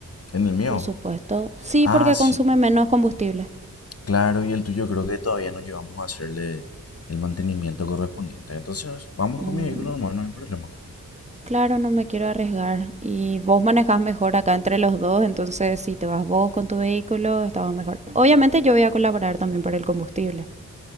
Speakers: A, on the left (about 45°); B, on the right (about 20°).
A: ¿En el mío?
B: por supuesto. Sí,
A: Ah,
B: porque
A: sí,
B: consume menos combustible.
A: claro, y el tuyo creo que todavía no llevamos a hacerle el mantenimiento correspondiente. Entonces, vamos
B: Mm,
A: con mi vehículo normal, no hay problema.
B: claro, no me quiero arriesgar. Y vos manejás mejor acá entre los dos, entonces si te vas vos con tu vehículo, estamos mejor. Obviamente yo voy a colaborar también para el combustible.